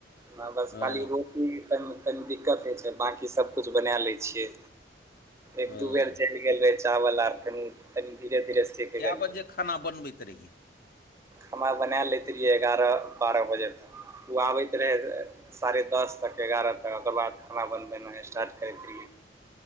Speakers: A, on the right; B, on the left.
A: ह बस
B: हँ
A: खाली रोटीक त तनि दिक्कत होइ छै बाँकी सभकिछु बना लै छियै। एक
B: हँ
A: दू बेर जरी गेल रहे चावल आर कनी तनी धीरे - धीरे सीखे
B: कए
A: गेलियै।
B: बजे खाना बनबैत रहियै।
A: हमा बना लैत रहियै एगारह, बारह बजे तक ओ आबैत रहै। साढ़े दस तक एगारह तक ओकर बाद खाना बनबनाइ स्टार्ट करैत रहियै।